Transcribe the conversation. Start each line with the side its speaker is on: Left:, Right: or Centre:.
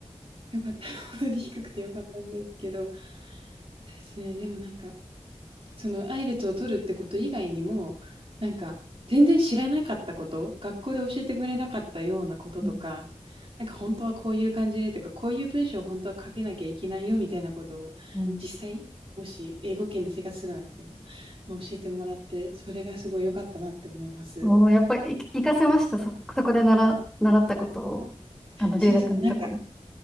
Right: 良かった、<laughs> ほ当に低くて良かったんですけど、そうですね、でもなんかそのアイルツを取るってこと以外にも、なんか全然知らなかったこと、学校で教えてくれなかったようなこととか、
Centre: うん。
Right: なんか本当はこういう感じでとか、こういう文章を本当は書けなきゃいけないよみたいなことを実際、
Centre: うん
Right: もし英語圏で生活するなみたいなのを教えてもらって、それがすごい良かったなって思います。
Centre: おー、やっぱり、い活かせました。そ、そこで習、習ったことを、あの、留学のところで。
Right: そうですね、なんか